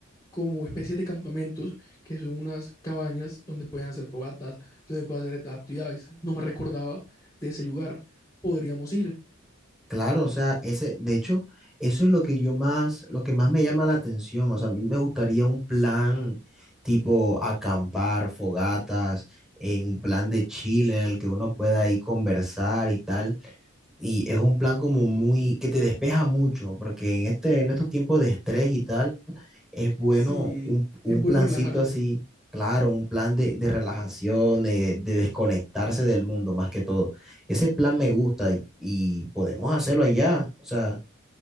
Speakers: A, on the left (about 15°); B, in the centre.
A: como especies de campamentos, que son unas cabañas donde pueden hacer fogatas, donde pueden hacer estas actividades. No me recordaba de ese lugar. Podríamos ir.
B: Claro, o sea, ese, de hecho, eso es lo que yo más, lo que más me llama la atención. O sea, a mí me gustaría un plan tipo acampar, fogatas, eh, un plan de Chile en el que uno pueda ahí conversar y tal. Y es un plan como muy, que te despeja mucho, porque en este, en estos tiempos de estrés y tal, es bueno
A: Sí,
B: un, un
A: es bueno
B: plancito
A: relajarse.
B: así, claro, un plan de, de relajación, de, de desconectarse del mundo más que todo. Ese plan me gusta y, y podemos hacerlo allá. O sea,